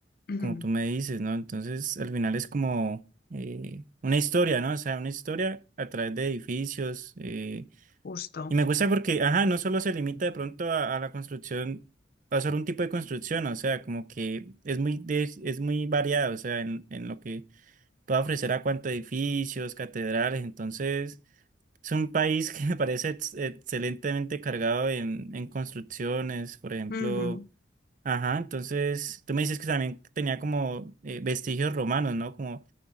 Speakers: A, on the left (about 50°); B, on the right (about 45°).
A: <clears throat> Ujú,
B: como tú me dices, ¿no? Entonces, al final es como eh, una historia, ¿no? O sea, una historia a través de edificios. eh,
A: Justo.
B: y me gusta porque, ajá, no solo se limita de pronto a, a la construcción, a solo un tipo de construcción, o sea, como que es muy, de- es muy variado, o sea, en, en lo que puede ofrecer a cuántos edificios, catedrales, entonces... Es un país que me parece ex- excelentemente cargado en, en construcciones, por ejemplo.
A: Ujú.
B: Ajá, entonces tú me dices que también tenía como eh, vestigios romanos, ¿no? Como